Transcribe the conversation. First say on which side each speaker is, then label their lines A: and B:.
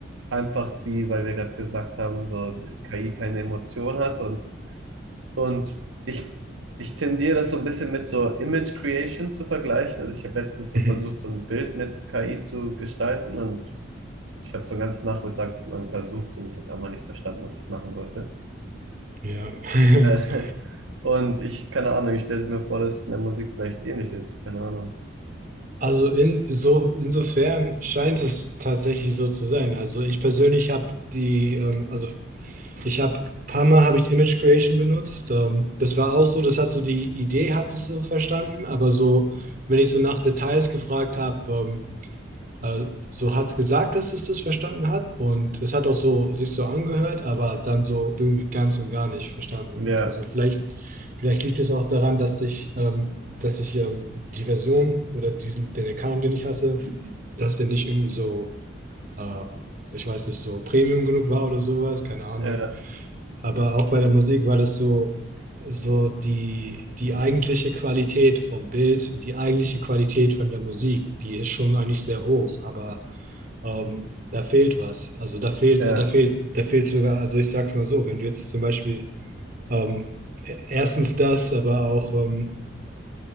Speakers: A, on the right; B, on the right.
A: einfach wie, weil wir gerade gesagt haben, so KI keine Emotion hat und Und ich, ich tendiere das so ein bisschen mit so Image Creation zu vergleichen. Also ich habe letztens so
B: Mhm.
A: versucht, so ein Bild mit KI zu gestalten und ich habe so einen ganzen Nachmittag lang versucht und es hat einfach nicht verstanden, was ich machen wollte.
B: Ja. <laughs>
A: Äh, <laughs> und ich, keine Ahnung, ich stelle mir vor, dass es in der Musik vielleicht ähnlich ist. Keine Ahnung.
B: Also in, so, insofern scheint es tatsächlich so zu sein. Also ich persönlich habe die, ähm, also ich habe, paar Mal habe ich Image Creation benutzt. Ähm, das war auch so, das hat so die Idee, hat es so verstanden, aber so, wenn ich so nach Details gefragt habe, ähm, äh, so hat es gesagt, dass es das verstanden hat und es hat auch so sich so angehört, aber dann so irgendwie ganz und gar nicht verstanden.
A: Ja,
B: Also vielleicht, vielleicht liegt es auch daran, dass ich, ähm, dass ich ähm, die Version oder diesen, den Account, den ich hatte, dass der nicht irgendwie so äh, ich weiß nicht, so Premium genug war oder sowas, keine Ahnung.
A: ja,
B: Aber auch bei der Musik war das so, so die, die eigentliche Qualität vom Bild, die eigentliche Qualität von der Musik, die ist schon eigentlich sehr hoch, aber ähm, da fehlt was. Also da fehlt,
A: ja,
B: äh, da fehlt, da fehlt sogar, also ich sag's mal so, wenn du jetzt zum Beispiel ähm, e- erstens das, aber auch ähm,